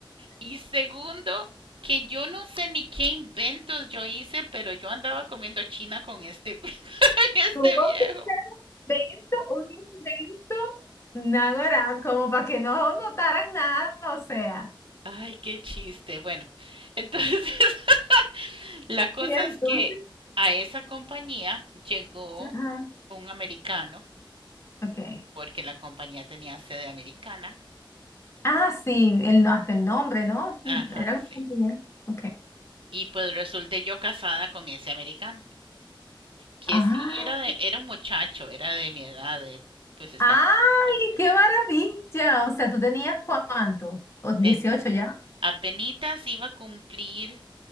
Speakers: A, on the right; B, on the left.
A: Y segundo, que yo no sé ni qué inventos yo hice, pero yo andaba comiendo china con este, <laughs> este
B: tuvo
A: viejo.
B: que ser un invento, un invento, náguara, como para que no notaran nada, o sea.
A: Ay, qué chiste. Bueno, entonces, <laughs> la cosa
B: Y entonces,
A: es que a esa compañía llegó
B: ajá,
A: un americano,
B: ok.
A: porque la compañía tenía sede americana.
B: Ah, sí, el, no- hasta el nombre, ¿no?
A: Ajá,
B: Era un
A: sí.
B: compañero. Ok.
A: Y pues resulté yo casada con ese americano, que
B: Ah,
A: sí era de, era un muchacho, era de mi edad, de- pues estaba
B: ¡ay,
A: en sus 20,
B: qué
A: ¿no?
B: maravilla! O sea, ¿tú tenías cuánto? ¿O 18
A: Ten-
B: ya?
A: Apenitas iba a cumplir